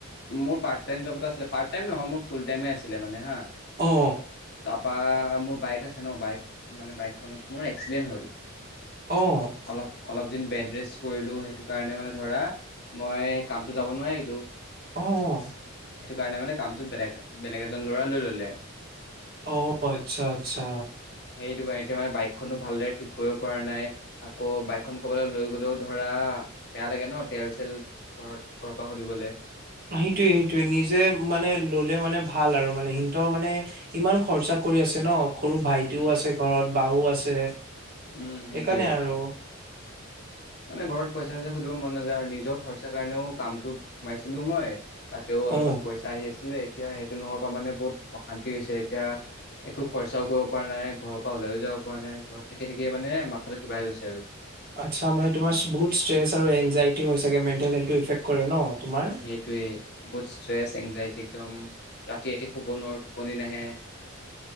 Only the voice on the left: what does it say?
মোৰ পাৰ্ট টাইম জ'ব এটা আছিলে, পাৰ্ট টাইম নহয় মোৰ ফুল টাইমে আছিলে মানে হা।
তাৰপা মোৰ বাইক ন' বাইক বাইকখনত মোৰ এক্সিডেণ্ট হ'ল।
অলপ অলপ দিন বেড ৰেষ্ট কৰিলো সেইটো কাৰণে, মানে ধৰা মই কামটো যাব নোৱাৰিলো।
সেইটো কাৰণে মানে কামটোত বেলেগ বেলেগ এজন ল'ৰা লৈ ল'লে।
হেটো কাৰণ এতিয়া মানে বাইকখনো ভালদৰে ঠিক কৰিব পৰা নাই আকৌ, বাইকখন ক'বাল লৈ গ'লেও ধৰা বেয়া লাগে ন' তেল-চেল ঘৰত ঘৰ পৰা সুধিবলৈ।
উম
উম সেইটোৱে
মানে ঘৰত পইচা-চইচা সুধিব মন নাযায় আৰু নিজৰ খৰচা কাৰণেও কামটোত সোমাইছিলো মই। তাতেও অলপমান
পইচা আহি আছিলে, এতিয়া সেইটো নোহোৱাৰ পৰা মানে বহুত অশান্তি হৈছে, এতিয়া একো খৰচাও কৰিব পৰা নাই, ঘৰৰ পৰা ওলাইও যাব পৰা নাই, ঘৰত থাকি থাকিয়ে মানে মাথাটো কিবা হৈ গৈছে আৰু।
সেইটোৱেই বহুত ষ্ট্ৰেছ, এনজাইটি একদম ৰাতি ৰাতি শুব নোৱাৰো, টোপনি নাহে।